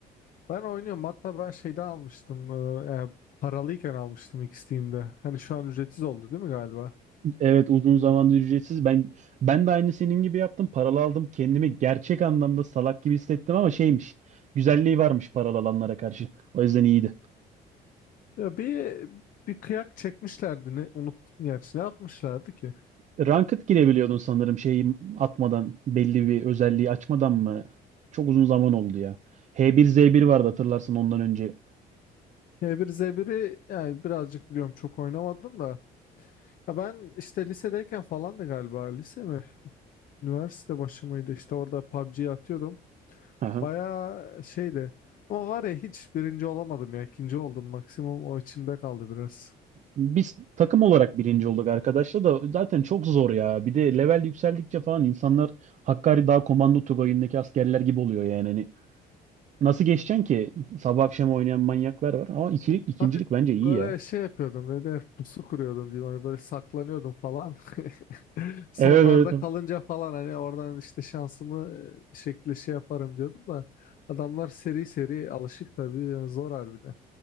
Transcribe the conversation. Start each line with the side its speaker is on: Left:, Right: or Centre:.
Left: Ben oynuyorum. Hatta ben şeyde almıştım. e, e, paralıyken almıştım ilk Steam'de. Hani şu an ücretsiz oldu değil mi galiba?
Right: Evet uzun zamandır ücretsiz. Ben ben de aynı senin gibi yaptım. Paralı aldım. Kendimi gerçek anlamda salak gibi hissettim ama şeymiş. Güzelliği varmış paralı alanlara karşı. O yüzden iyiydi.
Left: Ya bir bir kıyak çekmişlerdi. Ne, unuttum gerçi. Ne yapmışlardı ki?
Right: Ranked girebiliyordun sanırım şeyi atmadan, belli bir özelliği açmadan mı? Çok uzun zaman oldu ya. h bir z 1 vardı hatırlarsın ondan önce.
Left: H1Z1'i yani birazcık biliyorum çok oynamadım da. Ya ben işte lisedeyken falan da galiba lise mi? Üniversite başı mıydı? İşte orada PUBG'yi atıyordum.
Right: <laughs>
Left: Bayağı şeydi. Ama var ya hiç birinci olamadım ya. ikinci oldum maksimum. O içimde kaldı biraz.
Right: Biz takım olarak birinci olduk arkadaşlar da zaten çok zor ya. Bir de level yükseldikçe falan insanlar Hakkari Dağ Komando Tugayı'ndaki askerler gibi oluyor yani. Hani nasıl geçeceksin ki? Sabah akşam oynayan manyaklar var ama ikilik, ikincilik
Left: Hani
Right: bence iyi
Left: böyle
Right: ya.
Left: şey yapıyordum ne der pusu kuruyordum diyeyim hani böyle saklanıyordum falan. <laughs> Sonlarda
Right: Evet evet.
Left: kalınca falan hani oradan işte şansımı e, bir şekilde şey yaparım diyordum da adamlar seri seri alışık tabii yani zor harbiden.